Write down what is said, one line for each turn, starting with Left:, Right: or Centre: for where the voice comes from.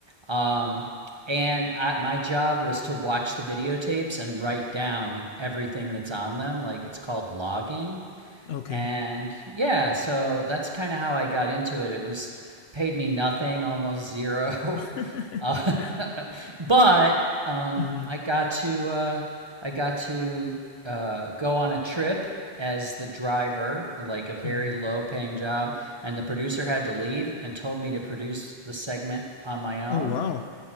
Right: Um, and I, my job was to watch the videotapes and write down everything that's on them. Like it's called logging
Left: Okay.
Right: And yeah, so that's kind of how I got into it. It was paid me nothing, almost zero.
Left: <laughs>
Right: <laughs> uh, <laughs> but um,
Left: Mm-hmm.
Right: I got to uh, I got to uh, go on a trip as the driver, like a very
Left: hmm
Right: low paying job, and the producer had to leave and told me to produce the segment on my own
Left: Oh, wow.